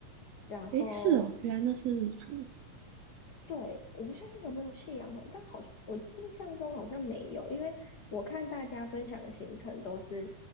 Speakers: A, on the left (about 70°); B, on the right (about 70°).
A: 然后
B: 诶，是哦，原来那是日出。
A: 对，我不确定有没有夕阳的，但好像我印象中好像没有，因为我看大家分享的行程都是